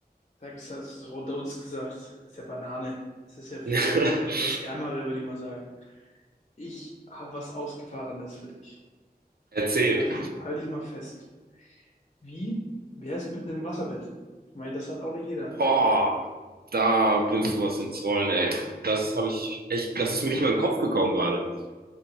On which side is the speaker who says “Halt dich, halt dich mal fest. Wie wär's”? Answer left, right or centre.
Left